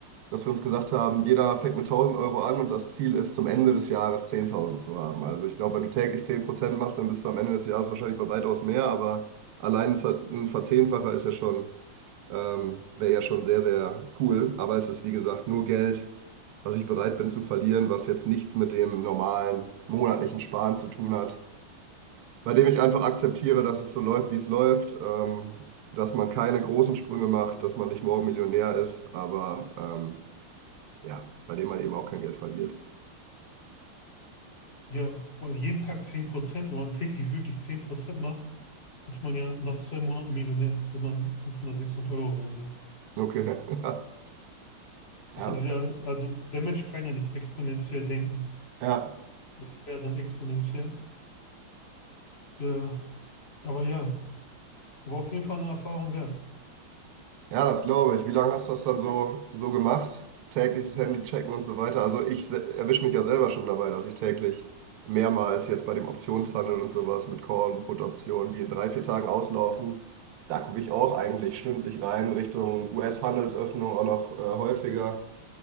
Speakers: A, on the right; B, on the left.
A: dass wir uns gesagt haben, jeder fängt mit 1000 Euro an und das Ziel ist, zum Ende des Jahres 10.000 zu haben. Also ich glaube, wenn du täglich 10% machst, dann bist du am Ende des Jahres wahrscheinlich bei weitaus mehr, aber allein ein Verzehnfacher ist ja schon, ähm, wäre ja schon sehr, sehr cool. Aber es ist, wie gesagt, nur Geld, was ich bereit bin zu verlieren, was jetzt nichts mit dem normalen monatlichen Sparen zu tun hat, bei dem ich einfach akzeptiere, dass es so läuft, wie es läuft. Ähm, dass man keine großen Sprünge macht, dass man nicht morgen Millionär ist, aber ähm, ja, bei dem man eben auch kein Geld verliert.
B: Ja, weil jeden Tag 10 Prozent, wenn man täglich wirklich 10 Prozent macht, ist man ja nach zwei Monaten Millionär, wenn man 500, 600 Euro reinsetzt.
A: Okay, <laughs> ja, ja,
B: Ist ja dieser, also der Mensch kann ja nicht exponentiell denken.
A: ja,
B: Das wäre dann exponentiell. Ja, aber ja, war auf jeden Fall eine Erfahrung wert.
A: ja, das glaube ich. Wie lange hast du das dann so, so gemacht? Täglich das Handy checken und so weiter. Also ich erwische mich ja selber schon dabei, dass ich täglich mehrmals jetzt bei dem Optionshandel und sowas mit Call- und Put-Optionen, die in drei, vier Tagen auslaufen, da gucke ich auch eigentlich stündlich rein, Richtung US-Handelsöffnung auch noch äh, häufiger.